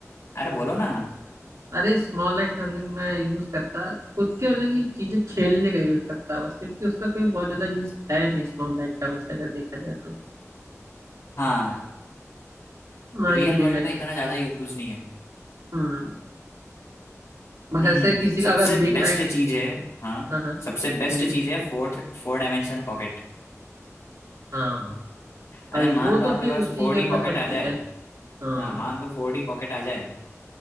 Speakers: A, on the left; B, on the right.
A: अरे बोलो ना
B: अरे स्मॉल लाइट का मतलब कि मैं यूज करता खुद के मतलब कि चीजें खेलने का यूज करता बस क्योंकि उसका कोई बहुत ज्यादा यूज है नहीं स्मॉल लाइट का वैसे अगर देखा जाए तो
A: हाँ
B: ना
A: रियल
B: ये बिग
A: वर्ल्ड
B: लाइट
A: में इतना
B: का
A: ज्यादा यूज नहीं है
B: हम्म बस
A: हम्म
B: ऐसे
A: हम्म।
B: किसी का
A: सबसे
B: अगर बिग
A: बेस्ट
B: लाइट
A: चीज है हाँ
B: हाँ हाँ
A: सबसे बेस्ट
B: बोलिए
A: चीज है फोर्थ फोर डायमेंशनल पॉकेट
B: हाँ
A: अच्छा
B: भाई
A: मान
B: वो
A: लो
B: तो
A: आपके
B: फिर
A: पास
B: उसी
A: फोर
B: के
A: डी
B: अंदर
A: पॉकेट
B: सब
A: आ जाए
B: कुछ है हाँ
A: हाँ मान लो फोर डी पॉकेट आ जाए